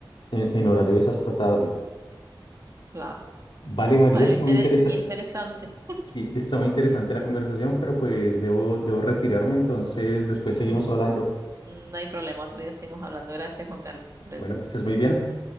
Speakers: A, on the left (about 70°); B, on the right (about 35°).
A: en, en horarios hasta tarde.
B: claro.
A: Vale, María,
B: Bueno,
A: está
B: intere-
A: muy interesante.
B: interesante.
A: Sí, está muy interesante la conversación, pero pues debo, debo retirarme, entonces después seguimos
B: Mm,
A: hablando.
B: mm, no hay problema, otro día seguimos hablando. Gracias, Juan Carlos. Hasta luego.
A: Bueno, que estés muy bien.